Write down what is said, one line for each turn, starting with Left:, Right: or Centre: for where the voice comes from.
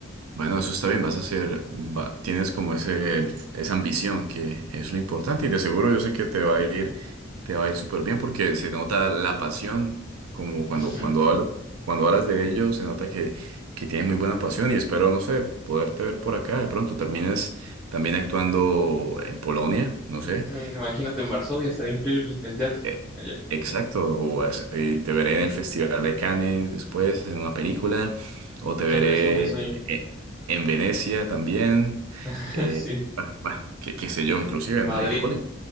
Right: Bueno, eso está bien, vas a hacer, va- tienes como ese, esa ambición que es lo importante y de seguro yo sé que te va a ir, te va a ir súper bien porque se nota la pasión, como cuando,
Centre: <laughs>
Right: cuando hablas, cuando hablas de ello, se nota que, que tienes muy buena pasión y espero, no sé, poderte ver por acá. De pronto termines también actuando en Polonia, no sé.
Centre: Ujú, Imagínate en Varsovia, estaría increíble en el teatro.
Right: Eh,
Centre: Allá.
Right: Exacto, o as- eh, te veré en el Festival de Cannes después en una película, o te
Centre: No,
Right: veré
Centre: hombre, esto me sueño.
Right: eh, en Venecia también,
Centre: <laughs>
Right: eh,
Centre: Sí,
Right: bah, bah, qué, qué sé yo, inclusive,
Centre: en Madrid.
Right: ¿no? En Hollywood,